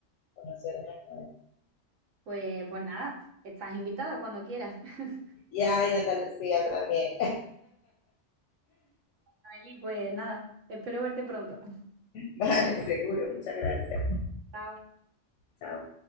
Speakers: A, on the left (about 80°); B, on the right (about 85°).
A: conocer unas nuevas.
B: Pues, pues nada, estás invitada cuando quieras. <laughs>
A: Y ay, Andalucía también.
B: Noeli, pues nada, espero verte pronto.
A: <laughs> Vale, seguro, muchas gracias.
B: Chao.
A: Chao.